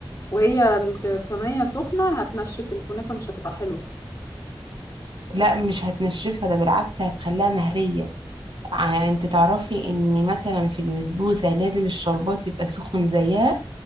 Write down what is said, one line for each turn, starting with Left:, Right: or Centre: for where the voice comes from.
Left: وهي الصينية سخنة هتنشف الكنافة مش هتبقى حلوة
Right: لا مش هتنشفها ده بالعكس هتخليها مهريه ع- انت تعرفي ان مثلا في البسبوسه لازم الشربات يبقى سخن زيها